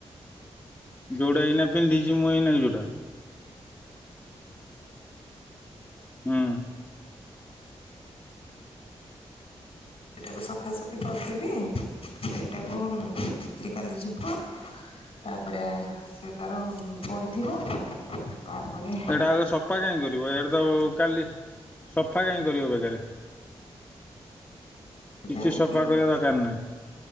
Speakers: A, on the left; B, on the left.
A: ଯୋଉଟା ଏଇନା ପିନ୍ଧିଚି ମୁଁ ଏଇନା ଯୋଉଟା। ହୁଁ।
B: ସେଇଟାକୁ ସଫାସଫି କରିଦେବି ଏଇଟାକୁ <unintelligible> କାଲି ଯିବ। ତାପରେ ସେ ତାର ପଡିଥିବ ତାପରେ
A: ସେଇଟା ଆଗ ସଫା କାଇଁ କରିବ ଏଇଟା ତ କାଲି ସଫା କାଇଁ କରିବ ବେକାରେ? କିଛି
B: ଯାହା ଦେଖିକି
A: ସଫା
B: କହ
A: କରିଆ ଦରକାର ନାହିଁ।